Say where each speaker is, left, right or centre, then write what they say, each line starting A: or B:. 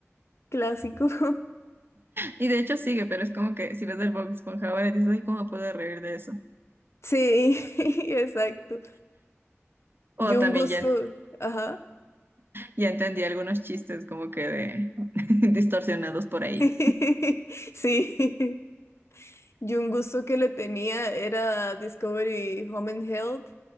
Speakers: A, on the left; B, on the right.
A: clásico. <laughs>
B: Y de hecho sigue, pero es como que si ves el Bob Esponja ahora dices, ay, ¿cómo puedo reír de eso?
A: Sí, <laughs> exacto.
B: O
A: Yo
B: también
A: un gusto.
B: ya, en-
A: Ajá.
B: ya entendí algunos chistes como que de <laughs> distorsionados por ahí.
A: <laughs> Sí, yo un gusto que le tenía era Discovery Home and Health,